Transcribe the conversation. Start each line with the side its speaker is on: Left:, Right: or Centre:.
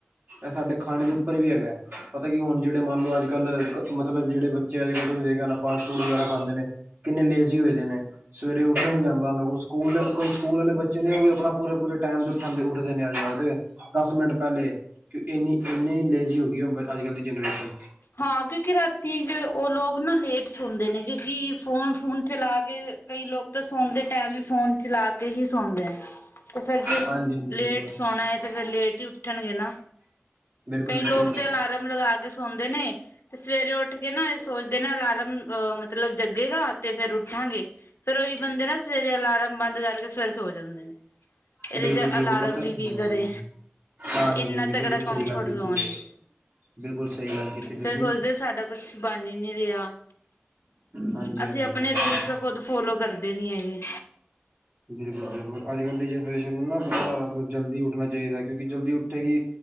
Right: ਇਹ ਸਾਡੇ ਖਾਣੇ ਦੇ ਉੱਪਰ ਵੀ ਹੈਗਾ ਹੈ ਪਤਾ ਕੀ ਹੁਣ ਜਿਹੜੇ ਮੰਨ ਲਓ ਅੱਜ ਕੱਲ੍ਹ ਮਤਲਬ ਜਿਹੜੇ ਬਚੇ ਅੱਜ ਕੱਲ ਤੁਸੀਂ ਦੇਖਿਆ ਫਾਸਟ ਫੂਡ ਵਗੈਰਾ ਖਾਂਦੇ ਨੇ ਕਿੰਨੇ ਲੇਜ਼ੀ ਹੋਏ ਦੇ ਨੇ ਸਵੇਰੇ ਉੱਠਿਆ ਨੀ ਜਾਂਦਾ ਉਹਨਾ ਕੋਲ ਸਕੂਲ ਕੋਈ ਸਕੂਲ ਵਾਲੇ ਬੱਚੇ ਨੇ ਉਹ ਵੀ ਆਪਣਾ ਪੂਰੇ ਪੂਰੇ ਟਾਈਮ ਤੇ ਉਠ ਉੱਠਦੇ ਨੇ ਅਜ ਕਲ ਦੇ ਦਸ ਮਿੰਟ ਪਹਿਲੇ। ਕਿ ਇੰਨੀ, ਇੰਨੀ ਲੇਜ਼ੀ ਹੋ ਗਈ ਅੱਜ ਕੱਲ ਦੀ ਜਨਰੇਸ਼ਨ।
Left: ਹਾਂ ਕਿਉਂਕਿ ਰਾਤੀ ਉਹ ਲੋਕ ਨਾ ਲੇਟ ਸੋਦੇ ਨੇ ਕਿਉਂਕਿ ਫੋਨ ਚਲਾ ਕੇ ਕਈ ਲੋਕ ਤਾਂ ਸੁਣਦੇ ਟੈਮ ਹੀ ਫੋਨ ਚਲਾ ਕੇ ਹੀ ਸੁਣਦੇ ਹੈ। ਤੇ ਫੇਰ ਜੇ
Right: ਹਾਂਜੀ ਹਾਂਜੀ ਬਿਲਕੁਲ
Left: ਲੇਟ ਸੋਣਾ ਹੈ ਤਾਂ ਫਿਰ ਲੇਟ ਹੀ ਉੱਠਣਗੇ ਨਾ।
Right: ਬਿਲਕੁਲ
Left: ਕਈ
Right: ਜੀ
Left: ਲੋਕ
Right: ਬਿਲਕੁਲ।
Left: ਅਲਾਰਮ ਲਗਾ ਕੇ ਸੌਦੇ ਨੇ ਤੇ ਸਵੇਰੇ ਉੱਠ ਕੇ ਨਾ ਸੋਚਦੇ ਨੇ ਅਲਾਰਮ ਅਹ ਮਤਲਬ ਜੱਗੇਗਾ ਤੇ ਫੇਰ ਉੱਠਾਂਗੇ। ਫੇਰ ਉਹੀ ਬੰਦੇ ਨਾ ਸਵੇਰੇ ਅਲਾਰਮ ਬੰਦ ਕਰਕੇ ਫੇਰ ਸੋ ਜਾਂਦੇ ਨੇ। ਇਹਦੇ
Right: ਬਿਲਕੁਲ
Left: ਚ
Right: ਬਿਲਕੁਲ
Left: ਅਲਾਰਮ
Right: ਪਤਾ
Left: ਵੀ
Right: ਹਾਂਜੀ
Left: ਕੀ ਕਰੇ।
Right: ਹਾਂਜੀ
Left: ਇਨਾ
Right: ਹਾਂਜੀ
Left: ਤਗੜਾ
Right: ਬਿਲਕੁਲ
Left: ਕੰਫਰਟ
Right: ਸਹੀ ਗੱਲ ਕੀਤੀ
Left: ਜ਼ੋਨ ਏ।
Right: ਬਿਲਕੁਲ ਸਹੀ ਗੱਲ ਕੀਤੀ। ਤੁਸੀਂ
Left: ਫੇਰ ਸੋਚਦੇ ਸਾਡਾ ਕੁਛ ਬਣ ਹੀ ਨਹੀਂ ਰਿਹਾ
Right: ਹਾਂਜੀ
Left: ਅਸੀਂ
Right: ਹਾਂਜੀ
Left: ਆਪਣੇ
Right: ਬਿਲਕੁਲ
Left: ਰੂਲਸ ਦਾ ਖੁਦ ਫੋਲੋ ਕਰਦੇ ਨਹੀਂ ਹੈਗੇ।
Right: ਬਿਲਕੁਲ, ਬਿਲਕੁਲ ਅੱਜ ਕੱਲ ਦੀ ਜਨਰੇਸ਼ਨ ਨੂੰ ਨਾ ਆਪਣਾ ਜਲਦੀ ਉੱਠਣਾ ਚਾਹੀਦਾ ਕਿਉਂਕਿ ਜਲਦੀ ਉੱਠੇਗੀ